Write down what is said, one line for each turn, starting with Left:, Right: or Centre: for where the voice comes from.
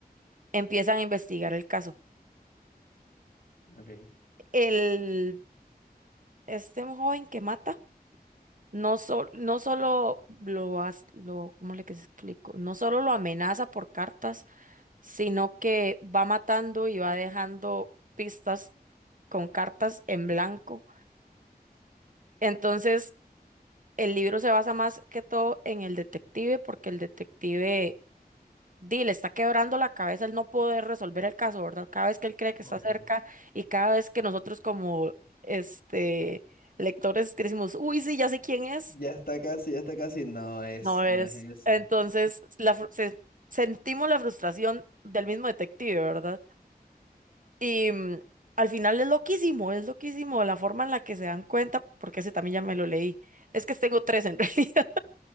Right: empiezan a investigar el caso.
Left: Ok.
Right: El, este joven que mata. No, sol- no solo lo, as- lo, ¿cómo le que se explico? No solo lo amenaza por cartas, sino que va matando y va dejando pistas con cartas en blanco. Entonces, el libro se basa más que todo en el detective, porque el detective, di, le está quebrando la cabeza el no poder resolver el caso, ¿verdad? Cada vez que él cree que
Left: Ok.
Right: está cerca y cada vez que nosotros como, este, lectores que decimos, uy, sí, ya sé quién es,
Left: Ya está casi, ya está casi. No es,
Right: no
Left: no
Right: es.
Left: es ese.
Right: Entonces, la, fru- se- sentimos la frustración del mismo detective, ¿verdad? Y mm, al final es loquísimo, es loquísimo la forma en la que se dan cuenta, porque ese también ya me lo leí. Es que tengo tres en <laughs> realidad.